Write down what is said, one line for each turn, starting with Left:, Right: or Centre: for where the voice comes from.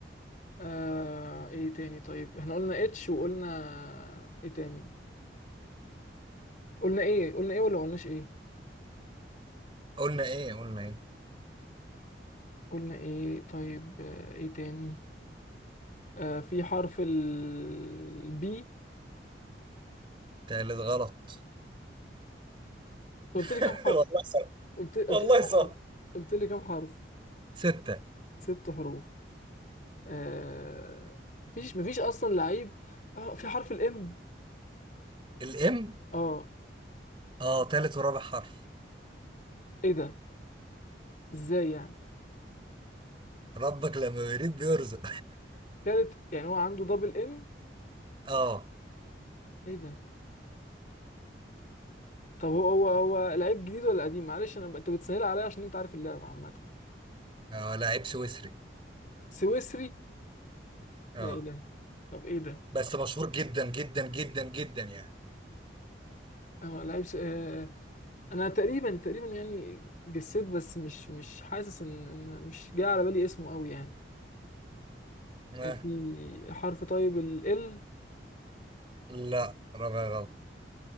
Left: آه... ايه تاني طيب احنا قلنا اتش وقلنا ايه تاني قلنا ايه قلنا ايه ولا قلناش ايه
Right: قلنا ايه قلنا ايه
Left: قلنا ايه طيب آه، ايه تاني آه، في حرف البي
Right: تالت غلط
Left: قلت
Right: <laughs>
Left: لي كام حرف
Right: والله صح
Left: قلت قلت
Right: والله
Left: لي كام
Right: صح
Left: حرف قلت لي كام حرف
Right: ستة
Left: ست حروف آه مفيش مفيش اصلا لعيب اه في حرف الام
Right: الام
Left: اه
Right: اه تالت ورابع حرف
Left: ايه ده ازاي يعني
Right: ربك لما بيريد بيرزق
Left: تالت يعني هو عنده دبل ام
Right: <laughs> اه
Left: ايه ده طب هو هو هو لعيب جديد ولا قديم معلش انا ب- انت بتسهل عليا عشان انت عارف اللعبه عامه
Right: اه لاعب سويسري
Left: سويسري لا
Right: اه
Left: اله طب ايه ده
Right: بس مشهور جدا جدا جدا جدا يعني
Left: اه لعيب س... آه انا تقريبا تقريبا يعني جسيت بس مش مش حاسس ان ان مش جاي على بالي اسمه قوي يعني
Right: آه.
Left: آه، في حرف طيب ال ال
Right: لا رابع غلط